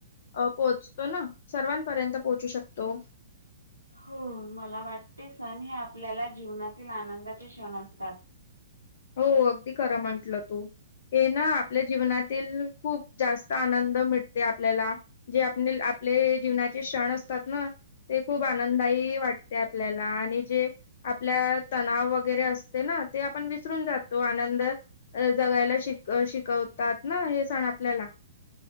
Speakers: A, on the left; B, on the right.
A: अ पोहोचतोना सर्वांपर्यंत पोहोचू शकतो.
B: हो मला वाटते सण हे आपल्याला जीवनातील आनंदाचे क्षण असतात.
A: हो अगदी खरं म्हंटलं तू. हे ना आपल्या जीवनातील खूप जास्त आनंद मिटते आपल्याला. जे आपनील आपले जीवनाचे क्षण असतात ना! ते खूप आनंदाय वाटते आपल्याला आणि जे आपल्या तणाव वगैरे असते ना ते आपण. विसरून जातो. आनंद जगायला शिकवतात ना हे सण आपल्याला.